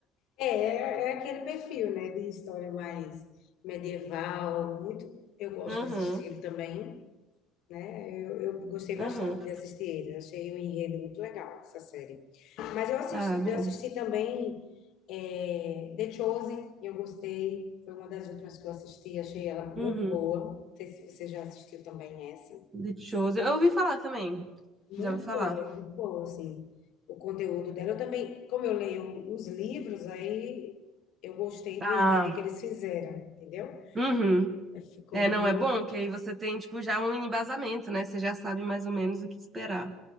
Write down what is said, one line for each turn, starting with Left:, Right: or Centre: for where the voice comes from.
Left: É, é aquele perfil, né? De história mais medieval. Muito, eu gosto
Right: Aham,
Left: desse estilo também. né? Eu, eu gostei bastante
Right: aham.
Left: de assistir ele, achei o enredo muito legal, essa série. Mas eu assisto,
Right: Ah, bem.
Left: eu assisti também é, The Chosen, eu gostei, foi uma das últimas que eu assisti, achei ela muito
Right: Uhum.
Left: boa. Não sei se você já assistiu também essa.
Right: Deep Eu ouvi falar também.
Left: Muito
Right: Já ouvi falar.
Left: boa, muito boa, assim, o conteúdo dela. Eu também, como eu leio os livros, aí eu gostei
Right: Ah,
Left: do enredo que eles fizeram, entendeu?
Right: uhum.
Left: Aí Ficou
Right: É,
Left: muito,
Right: não, é bom que aí você tem, tipo, já um embasamento, né? Você já sabe mais ou menos o que esperar.